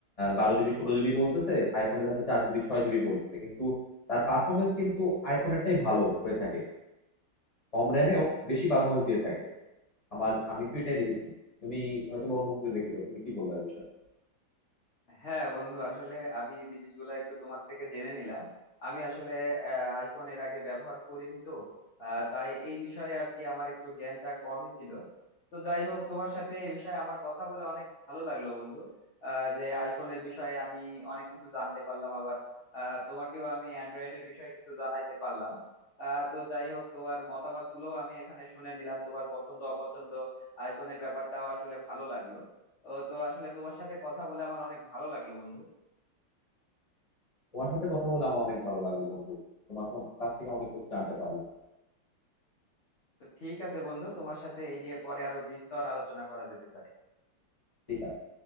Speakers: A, on the left; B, on the left.
A: বারো জিবি ষোলো জিবি বলতেছে আইফোনে দেখা যাচ্ছে চার জিবি ছয় জিবি বলতেছে কিন্তু তার পারফরমেন্স কিন্তু আইফোনেরটাই ভালো হয়ে থাকে কম র্যামেও বেশি পারফরমেন্স দিয়ে থাকে আমার আমি তো এটাই দেখেছি তুমি হয়তো বা অন্য কিছু দেখেছো তুমি কি বলবা এই বিষয়ে
B: হ্যাঁ বন্ধু আসলে আমি এই জিনিসগুলা একটু তোমার থেকে জেনে নিলাম আমি আসলে আইফোন এর আগে ব্যবহার করিনি তো আহ, তাই এই বিষয়ে আর কি আমার একটু জ্ঞানটা কমই ছিল তো যাই হোক তোমার সাথে এই বিষয়ে আমার কথা বলে অনেক ভালো লাগলো বন্ধু আহ, যে আইফোনের বিষয়ে আমি অনেক কিছু জানতে পারলাম আবার আহ, তোমাকেও আমি অ্যান্ড্রয়েডের বিষয়ে কিছু জানাইতে পারলাম আহ, তো যাই হোক তোমার মতামত গুলোও আমি এখানে শুনে নিলাম তোমার পছন্দ অপছন্দ আইফোনের ব্যাপারটাও আসলে ভালো লাগলো ও তো আসলে তোমার সাথে কথা বলে আমার অনেক ভালো লাগলো বন্ধু
A: তোমার সাথে কথা বলে আমার অনেক ভালো লাগলো বন্ধু তোমার সব- কাছ থেকে অনেক কিছু জানতে পারলাম
B: তো ঠিক আছে বন্ধু তোমার সাথে এই নিয়ে পরে আরো বিস্তর আলোচনা করা যেতে পারে
A: ঠিক আছে